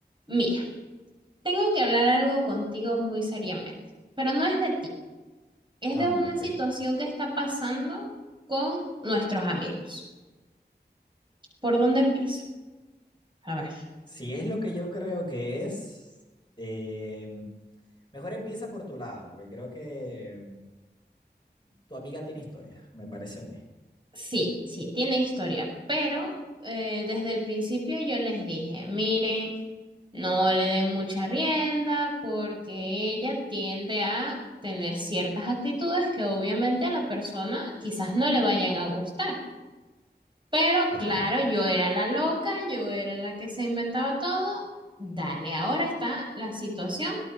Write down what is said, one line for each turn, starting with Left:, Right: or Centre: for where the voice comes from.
Right: Mira, tengo que hablar algo contigo muy seriamente, pero no es de ti, es
Left: Ah,
Right: de una
Left: ok.
Right: situación que está pasando con nuestros amigos. ¿Por dónde empiezo? A ver.
Left: Si es lo que yo creo que es, eh, mejor empieza por tu lado, porque creo que tu amiga tiene historia, me parece a mí.
Right: Sí, sí, tiene historia, pero eh, desde el principio yo les dije, miren, no le den mucha rienda porque ella tiende a tener ciertas actitudes que obviamente a la persona quizás no le vayan a gustar. Pero
Left: Claro.
Right: claro, yo era la loca, yo era la que se inventaba todo. Dale, ahora está la situación